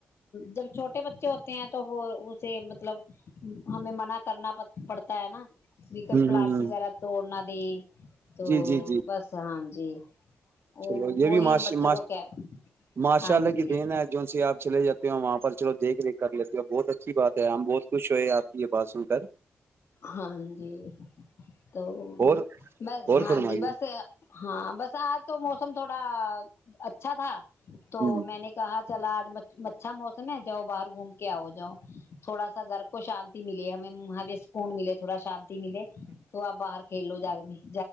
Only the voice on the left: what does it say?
جب چھوٹے بچے ہوتے ہیں تو وہ اسے مطلب ہمیں منع کرنا پڑتا ہے نا <unintelligible> جکر
پلانٹس
وغیرہ توڑنا <unintelligible> تو
بس ہاں ج جی <unintelligible>
وہی
ہم بچوں کو کہ
ہاں
جی
ہاں جی تو
ب
ہاں
جی بس ہاں بس آج <unintelligible> تو موسم تھوڑا اچھا تھا <unintelligible> تو
میں نے کہا <unintelligible> چلا آج اچھا موسم ہے جاؤ باہر گھوم کے آؤ <unintelligible> تھوڑا سا گھر کو شانت <unintelligible> ملی ہمیں مہاادیش کو <unintelligible> فون ملے تھوڑاان <unintelligible> ملے تو آپ باہر کو <unintelligible> کھیلو جاگ د